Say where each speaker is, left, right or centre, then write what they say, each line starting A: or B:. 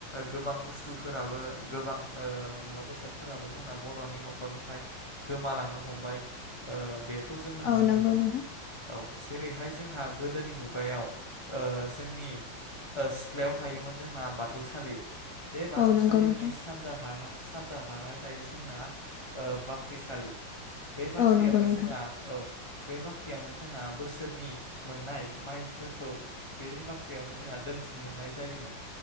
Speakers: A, on the left; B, on the left.
A: गोबां बुस्थुफोराबो गोबां ओ मुवा बेसादफोराबो जोंना बर'नि न'खरनिफ्राय गोमालांनो हमबाय ओ बे खौ जोङो नुनो
B: औ नंगौ
A: मोनो।
B: नोंथां
A: औ जेरैहाय जोंहा गोदोनि मुगायाव ओ जोंनि ओ सिथ्लायाव थायोमोन जोंना बाथौसालि बे बाथौसालिनि
B: औ नंगौ नोंथां
A: सानजा हा सानजााहाहाय थायो जोंना ओ बाख्रिसालि बे बाख्रियावनो
B: औ नंगौ नोंथां
A: जोंहा औ बे बाख्रियावनो जोंहा बोसोरनि मोननाय माइफोरखौ बे बाख्रियावनो जोंहा दोनथुम नाय जायोमोन